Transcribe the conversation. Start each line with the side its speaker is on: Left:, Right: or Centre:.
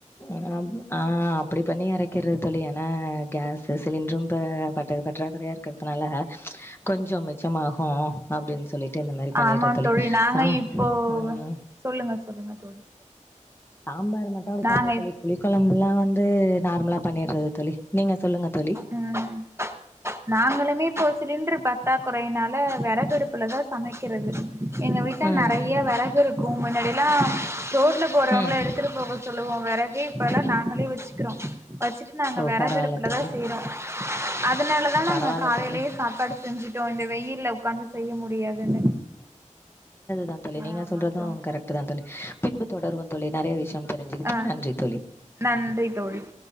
Left: அ ஆம் ஆ அப்படி பண்ணி எறக்கிற்றது தோழி ஏன்னா கேஸ் த சிலிண்ரும் ப பட்டகப் பட் ட்ரேபெரியா இருக்றதுனால கொஞ்ஜொ மிச்சமாகூ அப்டின்னு சொல்லிட்டு இந்த மாரி பண்ணிட்ற
Right: ஆமா
Left: தொழி
Right: தோழி நாங்க
Left: ச
Right: இப்போ
Left: ம்
Right: சொல்லுங்க சொல்லுங்க தோழி
Left: சம்பார் மட்ட
Right: நாங்க
Left: <unintelligible>
Right: இப்
Left: புளிக்கொழம்புலா வந் வந்து நார்மலாக பண்ணிடுறது தோழி நீங்கள் சொல்லுங்கள் தோழி
Right: ம் நாங்களுமே இப்போ சிலிண்டர் பத்தா குறையினால விறகுடுப்புலதா சமைக்கிறது எங்க வீட்ட
Left: ம்
Right: நெறைய வெறகு இருக்கு முன்னாடி <unintelligible> ரோட்ல போறவங்கள
Left: ம்
Right: எடுத்துட்டு போக சொல்லுவோ வெறகு இப்பலா நாங்களே வச்சுக்கிறோ வச்சுட்டு நாங்க
Left: ஓ
Right: வெறகுடுப்புல
Left: பரவால்ல தோழி.
Right: தா செய்றோ அதனால தா நாங்க
Left: பரவால்ல
Right: காலைலேயே
Left: தோழி.
Right: சாப்பாடு செஞ்சுட்டோ இந்த வெயில உக்காந்து செய்ய முடியாதுன்னு
Left: தான் தோழி நீங்க
Right: ஆமா
Left: சொல்றது
Right: தோழி
Left: கரெ்ட்டு தா தோழி பின்பு தொடர்வோ தோழி நெறைய விஷ்யோ தெரிஞ்சுக்கிட்டே
Right: ஆ
Left: நன்றி தோழி
Right: நன்றி தோழி